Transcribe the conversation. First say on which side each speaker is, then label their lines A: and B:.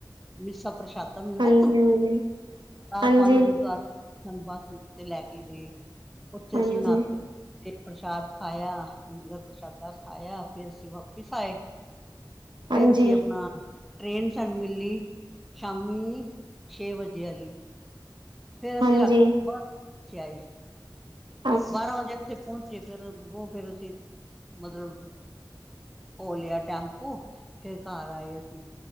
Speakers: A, in the centre; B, on the right (about 80°).
A: ਮਿਸਾ ਪ੍ਰਸ਼ਾਦਾ ਮਿਲਦਾ
B: ਹਾਂਜੀ
A: ਨਾ
B: ਹਾਂਜੀ,
A: ਚਾਰ
B: ਹਾਂਜੀ,
A: ਪੰਜ ਗੁਰਦੁਆਰੇ ਸਾਨੂੰ ਬੱਸ ਤੇ ਲੈ ਕੇ ਗਏ। ਉੱਥੇ
B: ਹਾਂਜੀ।
A: ਅਸੀਂ ਨਾਤੇ ਪ੍ਰਸ਼ਾਦ ਖਾਇਆ, ਲੰਗਰ ਪ੍ਰਸ਼ਾਦਾ ਖਾਇਆ ਫਿਰ ਅ ਅ ਵਾਪਿਸ ਆਏ, ਫੇਰ
B: ਹਾਂਜੀ,
A: ਅਸੀਂ ਆਪਣਾ ਟ੍ਰੇਨ ਸਾਨੂੰ ਮਿਲੀ ਸ਼ਾਮੀ ਛੇ ਵਜੇ ਆਲੀ, ਫੇਰ ਅਸੀਂ
B: ਹਾਂਜੀ
A: ਰਾਤੀ ਬੱਛ ਆਏ।
B: ਅ
A: ਬਾਰਾਂ ਵਜੇ ਇੱਥੇ ਪਹੁੰਚੇ ਫੇਰ ਗੋ ਫੇਰ ਅਸੀਂ ਮਤਲਬ ਓ ਲਿਆ, ਟੈਂਪੂ ਫੇਰ ਘਰ ਆਏ ਅਸੀਂ